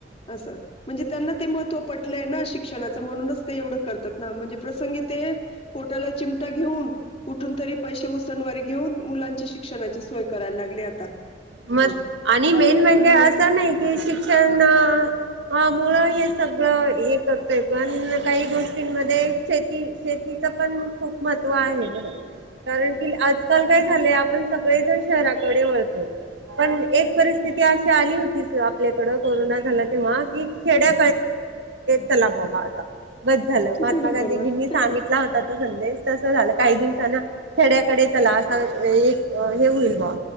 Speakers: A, on the left; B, on the right.
A: असं म्हणजे त्यांना ते महत्त्व पटलंय ना शिक्षणाचं म्हणूनच ते एवढं करतात ना म्हणजे प्रसंगी ते पोटाला चिमटा घेऊन कुठून तरी पैसे उसनवारी घेऊन मुलांची शिक्षणाची सोय करायला लागली आता
B: मग
A: ह
B: आणि
A: कारण
B: मेन म्हणजे
A: ह
B: असं नाही कि शिक्षण हा मुळ हे सगळं हे करतय पण काही गोष्टींमध्ये शेती शेतीच पण खूप महत्त्व आहे बरोबर कारण की आजकाल काय झालंय आपण सगळेजण शहराकडे वळतो पण एक परिस्थिती अशी आली होती आपल्याकड कोरोना झाला तेव्हा की खेड्या चलाम हवा आता ब झालं महात्मा
A: बरोबर
B: गांधीजींनी सांगितला होता तो संदेश त झा काही दिवसा खेड्याकडे चला अस एक हे होईल बा